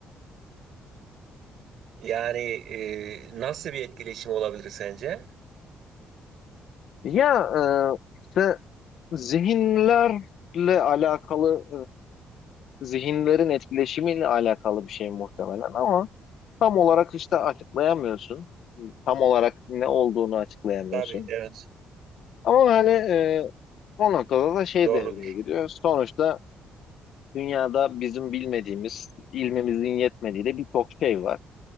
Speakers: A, on the right; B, on the left.
A: Yani e, nasıl bir etkileşim olabilir sence?
B: Ya e, işte Zihinlerle alakalı, e, zihinlerin etkileşimiyle alakalı bir şey muhtemelen ama tam olarak işte açıklayamıyorsun. Tam olarak ne olduğunu açıklayamıyorsun.
A: Tabii evet
B: Ama hani e, o noktada da şey
A: doğrudur.
B: devreye giriyor. Sonuçta dünyada bizim bilmediğimiz, ilmimizin yetmediği de birçok şey var.